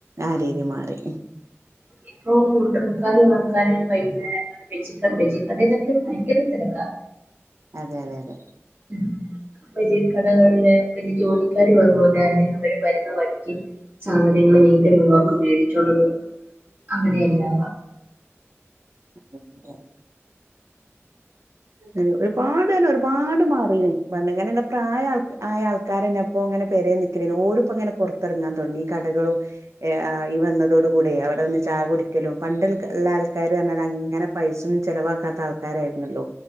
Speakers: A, on the right; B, on the right.
A: ആരീതി മാറി
B: ഇപ്പ ഒട്ടുമുക്കാലു ആൾക്കാരും വൈകുന്നേരം വെയ്ചിക്കൺ ബെയ്ജിക്കടേല് തെര്ക്ക് വയങ്കര തെരക്കാ
A: അതെ അതെ അതെ
B: ഉം ബൈജി കടകൾല് പിന്നെ ജോലിക്കാര് പോന്നപോലെ തന്നെ അവര് വരുന്ന വയിക്ക് സാധനങ്ങള് വീട്ടിലുള്ളോർക്ക് മേടിച്ചോണ്ട് പോകും അങ്ങനെയല്ലാ
A: <unintelligible> അഹ്‌ ഒരുപാട്ർഞാ ഒരുപാട് മാറീണ് പണ്ട്ങ്ങനെല്ല പ്രായാൾക ആയആൾക്കാരന്നെപ്പോങ്ങനെ പേരെന്ന് കരേനു ഓരുപ്പങ്ങനെ പൊർത്തറങ്ങാതൊടങ്ങി ഈ കടളും ഏഹ് ആഹ് ഈവന്നതോട് കൂടെയ് അവടെ ഒന്ന് ചാ കുടിക്കലും പണ്ട്ൾക ഇള്ള ആൾക്കാ പചെന്നാലഅങ്ങനെ പൈസൊന്നും ചെലവാക്കാത്ത ആൾക്കാരായിര്ന്നല്ലോ